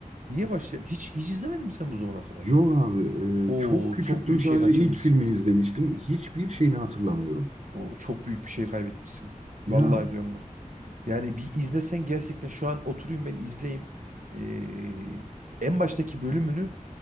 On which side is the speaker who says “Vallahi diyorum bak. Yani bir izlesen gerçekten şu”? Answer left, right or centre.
Right